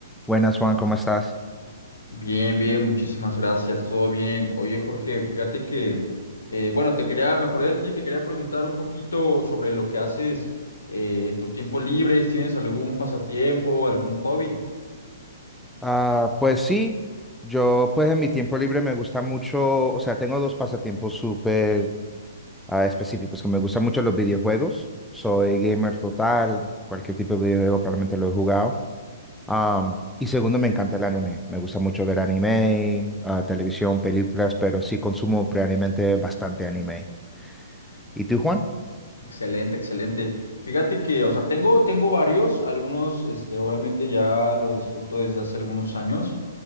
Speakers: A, in the centre; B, on the left.
A: Buenas, Juan, ¿cómo estás?
B: Bien, bien, muchísimas gracias, todo bien. Oye, Jorge, fíjate que, eh, bueno, te quería, me acordé de ti, te quería preguntar un poquito sobre lo que haces eh, en tus tiempos libres, ¿tienes algún pasatiempo, algún hobby?
A: Ah, pues sí, yo pues en mi tiempo libre me gusta mucho, o sea, tengo dos pasatiempos súper ah, específicos, que me gustan mucho los videojuegos, soy gamer total, cualquier tipo de videojuego probablemente lo he jugado. Am, y segundo, me encanta el anime, me gusta mucho ver anime, ah, televisión, películas, pero sí consumo previamente bastante anime. ¿Y tú, Juan?
B: Excelente, excelente. Fíjate que, o sea, tengo, tengo varios, algunos, este, obviamente ya lo disfruto desde hace algunos años